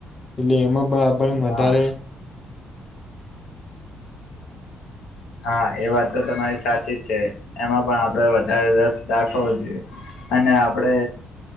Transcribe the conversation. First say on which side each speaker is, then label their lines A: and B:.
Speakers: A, on the left (about 25°); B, on the left (about 85°).
A: એટલે એમાં પણ આપણ
B: હા
A: વધારે
B: હા એ વાત તો તમારી સાચી જ છે એમાં પણ આપડ વધારે રસ દાખવો જોઈએ. અને આપડે